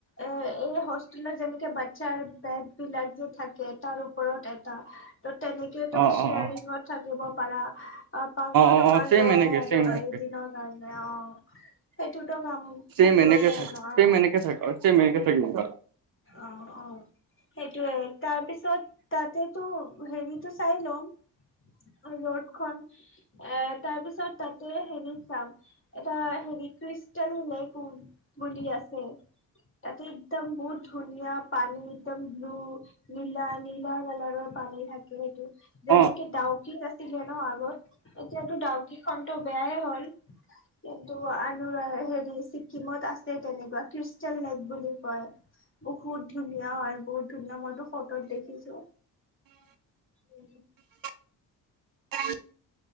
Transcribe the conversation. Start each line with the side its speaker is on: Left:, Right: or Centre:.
Left: এ এই হোষ্টেলত যেনেকে বাচ্ছাৰ বেড বিলাক যে থাকে। টাৰ ওপৰত এটা ত তেনেকে তুমি
Right: অ
Left: শ্বেয়াৰিঙত
Right: অ অ
Left: থাকিব পাৰা। অ পাচশ
Right: অ
Left: টকা
Right: অ ছেম
Left: লয়
Right: এনেকে
Left: আৰু
Right: ছেম এনেকে
Left: এদিনৰ কাৰণে অ। সেইটোতো কাম
Right: ছেম
Left: থাকিব
Right: এনেকে
Left: পাৰে
Right: থাক
Left: ন
Right: ছেম
Left: অ।
Right: এনেকে থাক ছেম এনেকে থাকিব পাৰা
Left: অ অ সেইটোয়ে তাৰপিছত তাতেতো হেৰিতো চাই লম। ৰ'দ খন এ তাৰ পিছত তাতে হেৰি চাম এটা হেৰি ক্ৰিষ্টেল লেক বুলি আছে তাতে একদম বহুত ধুনীয়া পানী একদম ব্লু নীলা নীলা কালাৰৰ পানী থাকে সেইটো। যেনেকে
Right: অ
Left: ডাউকিত আছিলে ন আগত এতিয়াতো ডাউকি খন টো বেয়াই হ'ল কিন্তু আন হেৰি ছিকিমত আছে। তেনেকুৱা ক্ৰিষ্টেল লেক বুলি কয়। বহুত ধুনীয়া হয় বহুত ধুনীয়া মইতো ফটোত দেখিছো। উম।
Right: <unintelligible>